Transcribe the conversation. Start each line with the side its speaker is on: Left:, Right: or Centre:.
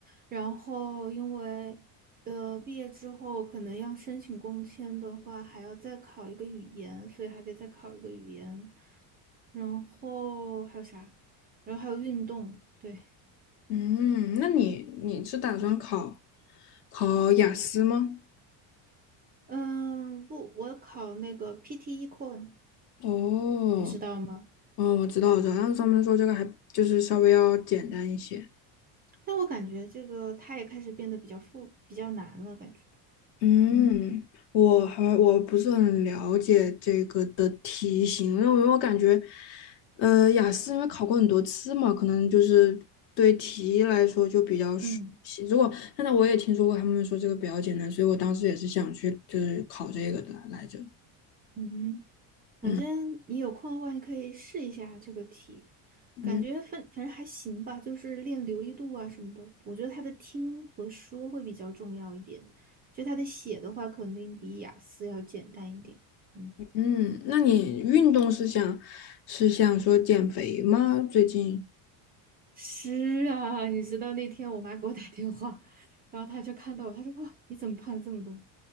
Right: 然后因为呃毕业之后可能要申请工签的话，还要再考一个语言，所以还得再考一个语言，然后还有啥？然后还有运动，对，
Left: 嗯，那你你是打算考考雅思吗？
Right: 嗯，不，我考那个 PT e c o r e Core，
Left: 哦，
Right: 你知道吗？
Left: 哦，我知道，我知道，但是他们说这个还就是稍微要简单一些。
Right: 但我感觉这个它也开始变得比较复比较难了，感觉。
Left: 嗯，
Right: 嗯。
Left: 我还我不是很了解这个的题型，因为我感觉，呃，雅思因为考过很多次嘛，可能就是对题来说就比较熟悉。
Right: 嗯
Left: 如果现在我也听说过他们说这个比较简单，所以我当时也是想去就是考这个的来着。
Right: 嗯，反正你有空的话，
Left: 嗯
Right: 你可以试一下这个题，
Left: 嗯
Right: 感觉反反正还行吧，就是练流利度啊什么的。我觉得他的听和说会比较重要一点，就他的写的话，肯定比雅思要简单一点。嗯，
Left: 嗯，那你运动是想是想说减肥吗？最近？
Right: 是啊，你知道那天我妈给我打电话，然后她就看到我，她说：“哇，你怎么胖了这么多？”